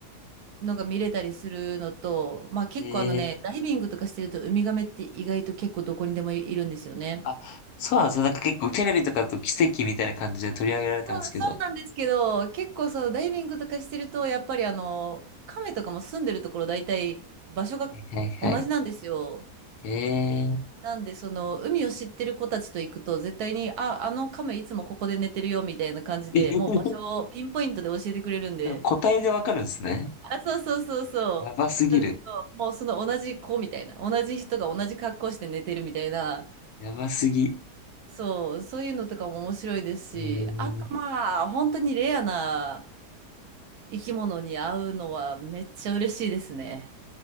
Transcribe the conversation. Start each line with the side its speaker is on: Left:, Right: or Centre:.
Right: のが見れたりするのと、まあ結構あのね、
Left: ええ
Right: ダイビングとかしてるとウミガメって意外と結構どこにでもいるんですよね。
Left: あ、そうなんですよ。なんか結構テレビとかだと奇跡みたいな感じで取り上げられてますけど。
Right: そうそうなんですけど、
Left: は
Right: 結構そのダイビングとかしてると、やっぱりあの、亀とかも住んでるところ大体場所が
Left: いはいはい。
Right: 同じなんですよ。
Left: ええ
Right: なんでその海を知ってる子たちと行くと絶対に、あ、あの亀いつもここで寝てるよみたいな感じで、
Left: <laughs>
Right: もう場所をピンポイントで教えてくれるんで。
Left: 答えでわかるんですね。
Right: あ、そうそうそうそう。
Left: やばすぎる。
Right: なんでそう、もうその同じ子みたいな、同じ人が同じ格好して寝てるみたいな、
Left: やばすぎ。
Right: そう、そういうのとかも面白いですし、
Left: うーん、
Right: あとまあ、本当にレアな、生き物に会うのはめっちゃ嬉しいですね。